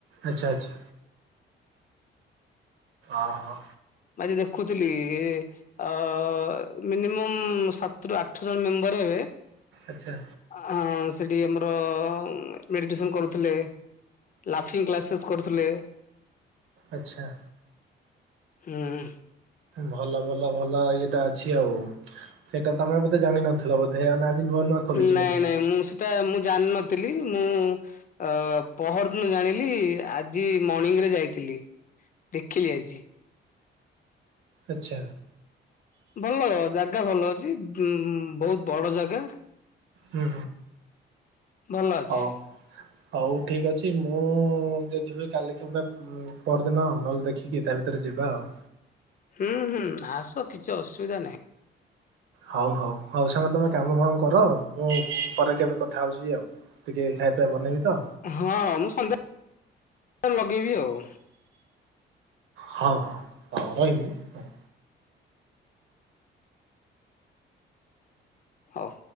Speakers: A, on the right; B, on the left.
A: ଆଛା ଆଛା ଓହୋ।
B: ମୁଁ ଆଜି ଦେଖୁଥିଲି ଏ ଆ ମିନିମମ୍ ସାତରୁ ଆଠ ଜଣ ମେମ୍ବର ହେବେ
A: ଆଚ୍ଛା।
B: ଆ ସେଠି ଆମର ମେଡିଟେସନ କରୁଥିଲେ। ଲାଫିଙ୍ଗ କ୍ଲାସେସ୍ କରୁଥିଲେ।
A: ଆଚ୍ଛା।
B: ହୁଁ
A: ଭଲ ଭଲ ଭଲ ଇଏଟା ଅଛି ଆଉ ସେଇଟା ତମେ ବଧେ ଜାଣିନଥିଲ ବୋଧେ ଆ ନଆ ନୂଆ ଖୋଲିଛି
B: ନାଇଁ
A: ବୋଧେ
B: ନାଇଁ ମୁଁ ସେଟା ମୁଁ ଜାଣିନଥିଲି ମୁଁ ଅ ପହରଦନୁ ଜାଣିଲି ଆଜି ମର୍ଣିଂ ରେ ଯାଇଥିଲି ଦେଖିଲି ଆଜି
A: ଆଛା
B: ଭଲ ଜାଗା ଭଲ ଅଛି ଉ ବହୁତ ବଡ ଜାଗା
A: ହୁଁ
B: ଭଲ ଅଛି।
A: ହଉ ହଉ ଠିକ ଅଛି ମୁଁ ଯଦି ହୁଏ କାଲି କିମ୍ବା ପରଦିନ ନହେଲେ ଦେଖିକି ତା ଭିତରେ ଯିବା ଆଉ
B: ହୁଁ ହୁଁ ଆସ କିଛି ଅସୁବିଧା ନାହିଁ।
A: ହଉ ହଉ ହଉ ସାଙ୍ଗ ତମେ କାମ ଫାମ କର ମୁଁ ପରେ କେବେ କଥା ହଉଛି ଆଉ। ଟିକେ ଖାଇ ପିବା ବନେଇବି ତ।
B: ହଁ ମୁଁ ସନ୍ଧ୍ୟା ଲଗେଇବି ଆଉ
A: ହଉ ହଉ ରହିଲି ହଁ
B: ହଉ